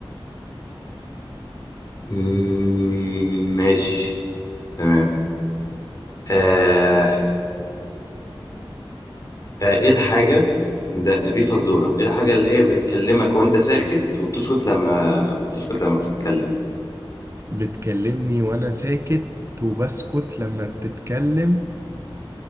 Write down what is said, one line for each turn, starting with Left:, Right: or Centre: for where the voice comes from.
Left: مم، ماشي تمام آه آه ايه الحاجة ده دي فزورة ايه الحاجة اللي هي بتكلمك وانت ساكت وبتسكت لما وبتسكت لما بتتكلم
Right: بتكلمني وانا ساكت وبسكت لما بتتكلم